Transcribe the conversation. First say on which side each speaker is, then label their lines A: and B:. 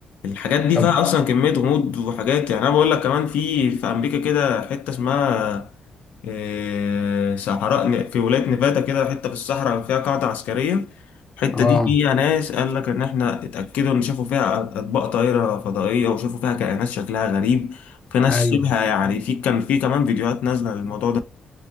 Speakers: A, on the left; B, on the left.
A: الحاجات دي
B: طب
A: فيها اصلا كمية غموض وحاجات يعني انا بقول لك كمان في في امريكا كده حتة اسمها إيه، صحراء في ولاية نيفادا كده حتة في الصحراء فيها قاعدة عسكرية الحتة
B: اه
A: دي فيها ناس قال لك إن إحنا اتأكدوا إن شافوا فيها أطباق طائرة فضائية وشافوا فيها كائنات شكلها غريب في ناس
B: ايوه
A: شبه يعني في كان في كمان فيديوهات نازلة للموضوع